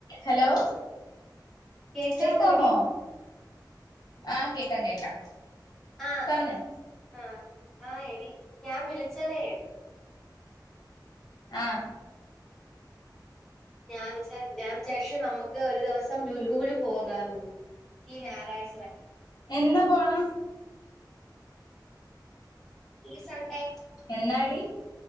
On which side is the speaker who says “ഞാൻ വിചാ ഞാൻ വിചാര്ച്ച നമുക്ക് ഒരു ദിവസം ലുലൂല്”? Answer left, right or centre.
Centre